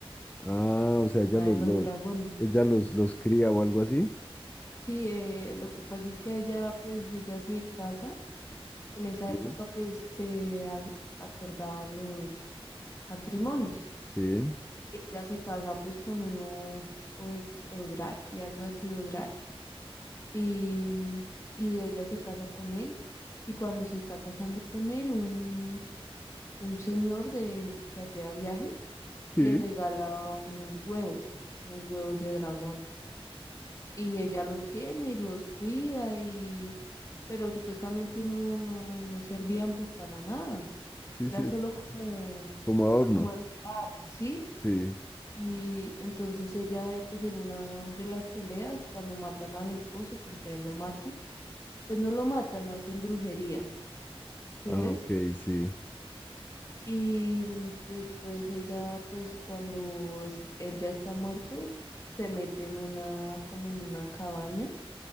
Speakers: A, on the left (about 15°); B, on the left (about 30°).
A: Ah, o sea,
B: la
A: ella
B: mamá
A: los,
B: de los
A: los,
B: dragones.
A: ella los, los cría o algo así.
B: Sí, eh, lo que pasa es que allá pues ella se casa En esa
A: Sí,
B: época pues se a- acordaban los matrimonios.
A: sí,
B: Y ella se casa pues con uno o- Odraki, algo así, Odraki. Y, mm, y ella se casa con él. Y cuando se está casando con él, un, un señor de, que hacía viajes
A: sí,
B: le regalaba unos huevos, unos huevos de dragón. Y ella los tiene y los cuida y, pero supuestamente no, no, no servían pues para nada.
A: sí,
B: era
A: sí, es
B: solo como,
A: como adorno.
B: como el regalo, ¿sí?
A: Sí.
B: Y entonces ella, eh, pues en una de las peleas, cuando matan al esposo, porque a él lo matan, pues no lo matan, le hacen brujería, ¿sí
A: Ah,
B: ves?
A: ok, sí,
B: Y mm, después ella, pues cuando es- él ya está muerto, se mete en una, como en una cabaña